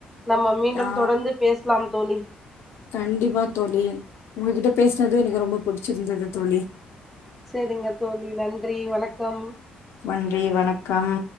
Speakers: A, in the centre; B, on the left.
A: நம்ம மீண்டும்
B: ஆ
A: தொடர்ந்து பேசலாம் தோழி
B: கண்டிப்பா தோழி உங்ககிட்ட பேசுனதே எனக்கு ரொம்ப புடிச்சிருந்தது தோழி
A: செரிங்க தோழி நன்றி வணக்கம்
B: நன்றி வணக்கம்